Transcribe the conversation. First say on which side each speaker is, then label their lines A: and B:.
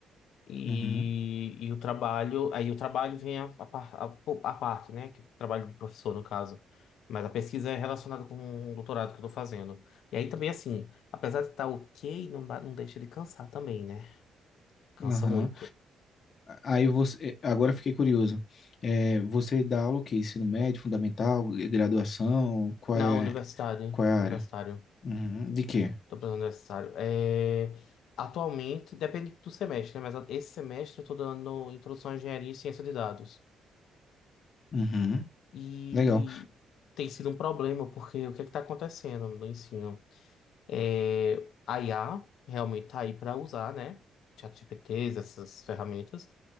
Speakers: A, on the left; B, on the left.
A: e,
B: Uhum.
A: e o trabalho, aí o trabalho vem a, a, par- a- a parte, né, que é o trabalho de professor, no caso, mas a pesquisa é relacionada com o doutorado que eu tô fazendo. E aí também, assim, apesar de estar ok, não, ba- não deixa de cansar também, né? Cansa
B: Aham.
A: muito.
B: Aí você, eh, agora eu fiquei curioso. É, você dá aula o quê? Ensino médio, fundamental, graduação? Qual
A: Não,
B: é,
A: universitário,
B: qual é a
A: universitário,
B: área? Uhum. De quê?
A: tô pensando universitário. É, atualmente, depende do semestre, né, mas esse semestre eu tô dando introdução à engenharia e ciência de dados.
B: Uhum.
A: E
B: Legal.
A: tem sido um problema, porque o que é que está acontecendo no ensino? É, a IA realmente está aí para usar, né? ChatGPTs, essas ferramentas.